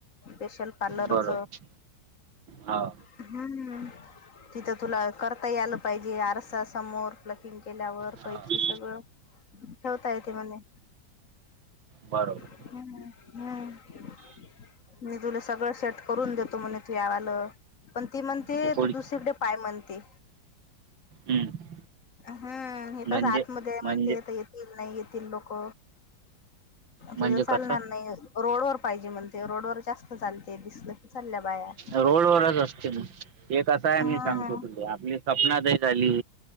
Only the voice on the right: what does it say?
बरोबर हो
हो
बरोबर.
ते खुर्ची
हम्म
म्हणजे
म्हणजे
म्हणजे
कसं
रोडवररच असते मग एक कं आहे
मी सांगतो तुझे आपली सपना ताई झाली.